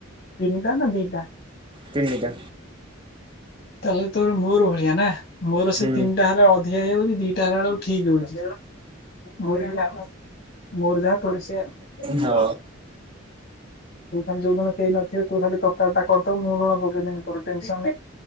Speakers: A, on the left; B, on the right.
A: ତିନିଟା ନା ଦିଟା।
B: ତିନିଟା।
A: ତାହେଲେ ତୋ ମୋର ଭଳିଆ ନା ମୋର
B: ହୁଁ
A: ସେ ତିନିଟା ହେଲେ ଅଧିକ ହେଇଯାଉଛି ଦି ଟା ହେଲା ବେଳକୁ ଠିକ ହଉଛି। ମୋର ବି ଯାହା ମୋର ଯାହା ତୋର ସେୟା।
B: ହଁ
A: ତୁ ଖାଲି ଯଉ ଦିନ କେହି ନ ଥିବ ତୁ ଖାଲି ତରକାରୀ ଟା କରିଦବୁ ମୁଁ ଲୁଣ ପକେଇଦେମୀ ତୋର ଟେନସନ୍।